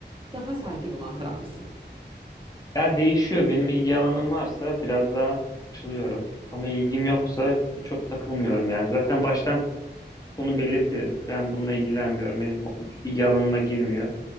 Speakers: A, on the right; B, on the left.
A: daha sakin olan taraf mısın?
B: Ya değişiyor. Benim ilgi alanım varsa biraz daha açılıyorum. Ama ilgim yoksa çok takılmıyorum yani. Zaten baştan bunu belirtirim. Ben bununla ilgilenmiyorum. Benim ilgi alanıma girmiyor.